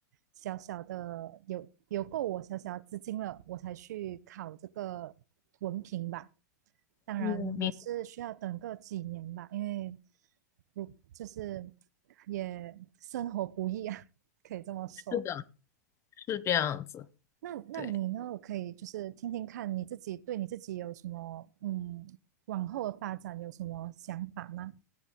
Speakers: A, on the right; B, on the left.
A: 小小的有有够我小小的资金了，我才去考这个文凭吧。当然也是需要等个几年吧，
B: 嗯，明，
A: 因为如就是也生活不易啊，可以这么说。
B: 是的，是这样子，
A: 那那你呢？
B: 对。
A: 我可以就是听听看你自己对你自己有什么嗯往后的发展有什么想法吗？